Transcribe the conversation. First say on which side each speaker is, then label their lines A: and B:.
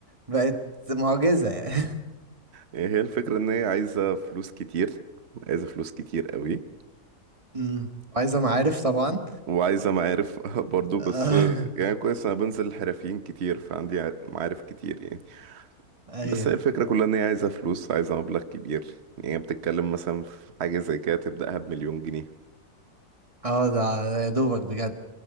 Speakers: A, on the right; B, on the right.
A: بقت معجزة يعني
B: هي هي الفكرة ان هي عايزة فلوس كتير عايزة فلوس كتير قوي
A: <laughs> امم عايزة معارف طبعا
B: وعايزة معارف <laughs> برضو
A: <laughs>
B: بس
A: آه،
B: يعني كويس انا بنزل حرفيين كتير فعندي ع- معارف كتير يعني.
A: ايوه
B: بس هي الفكرة كلها ان هي عايزة فلوس عايزة مبلغ كبير يعني بتتكلم مثلا في حاجة زي كده تبدأها بمليون جنيه
A: اه ده ده يا دوبك بجد